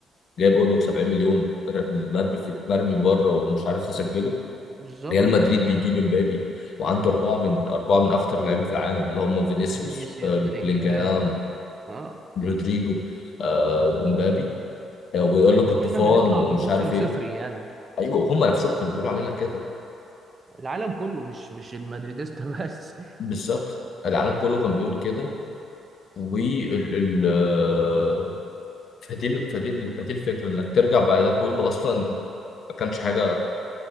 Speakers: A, on the left (about 50°); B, on the right (about 35°).
A: جايب اولمو ب 70 مليون مرمي في مرمي بره ومش عارف يسجله
B: بالظبط
A: ريال مدريد بيجيب امبابي وعنده اربعه من اربعه من اخطر اللعيبه في العالم اللي هم فينيسيوس
B: فينيسيوس
A: آه،
B: بلينجهام
A: بلينجهام
B: اه
A: رودريجو آه، امبابي آه، ويقول
B: احنا
A: لك الطوفان
B: قلنا هنطلع
A: ومش
B: بموسم
A: عارف ايه
B: صفري يعني
A: ايوه هم نفسهم كانوا بيقولوا علينا كده
B: العالم كله مش مش المدريديستا <laughs> بس
A: بالظبط العالم كله كان بيقول كده وال ال آه، فدي ال- فدي ال- فدي الفكره انك ترجع بعد ده كله اصلا ما كانش حاجه